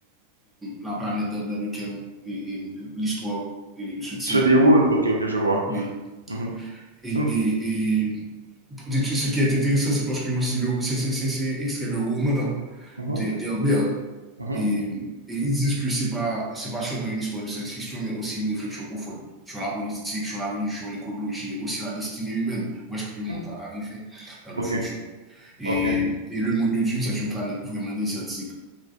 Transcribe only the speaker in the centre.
la planète dans, dans laquelle l'histoire se tient.
Oui.
Et,
et, et, et, ce qui est intéressant, c'est parce que aussi c'est extrait d'un roman
d'Herbert.
Et, et ils disent que ce n'est pas, pas seulement une histoire de science-fiction, mais aussi une réflexion profonde sur la politique, sur la religion, l'écologie et aussi la destinée humaine. Où est-ce que le monde
va arriver dans
le futur? Et,
et le monde de Dune, c'est une planète vraiment désertique.